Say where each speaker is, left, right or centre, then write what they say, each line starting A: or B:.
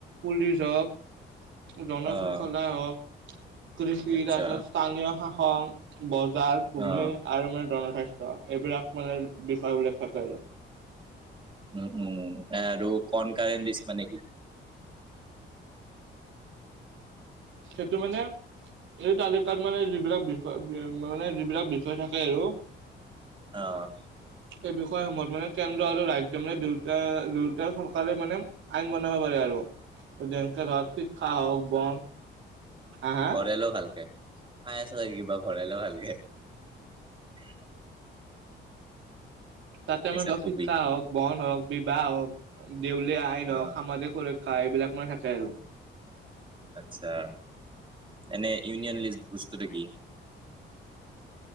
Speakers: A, on the right; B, on the right.
A: পুলিচ হওক জন
B: অ',
A: শৃংখলা হওক কৃষি
B: আচ্ছা
A: তাৰপিছত স্থা। নীয় শাসন বজাৰ ভূমি
B: অ',
A: আৰু মানে জনস্বাস্থ্য এইবিলাক মানে বিষয়বিলাক থাকে আৰু।
B: উ উম আৰু কন কাৰণ্ দিছ মানে কি?
A: সেইটো মানে এই তালিকাত মানে যিবিলাক বিষয় মানে যিবিলাক বিষয় থাকে আৰু
B: অ',
A: এই বিষয়সমূত মানে কেন্দ্ৰ আৰু ৰাজ্য মানে দুয়টা এতিয়া চৰকাৰে মানে আইন বনাব পাৰে আৰু বেংক শিক্ষা হওক বন হা হা
B: অৰেলোক আৰু। খাই আছ চাগে কিবা ঘৰাই ল ভালুকে
A: তাতে
B: তাৰপিছত
A: মানে ধ
B: কবি
A: শিক্ষা হওক, বন হওক বিবাহ, হওক দেউলীয়া আইন
B: অ',
A: হওক সামাজিক সক্ষ কা এইবিলাক মানে থাকে আৰু।
B: আচ্ছা এনে ইউনিয়ন লিষ্ট বস্তুটো কি?